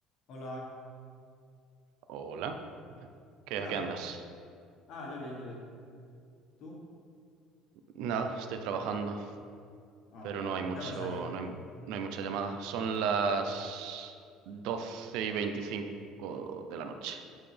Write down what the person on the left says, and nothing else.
Hola,
¿qué
tal?
Ah, yo bien, yo bien. ¿Tú?
Ah,
bueno.
¿Qué hora es allí?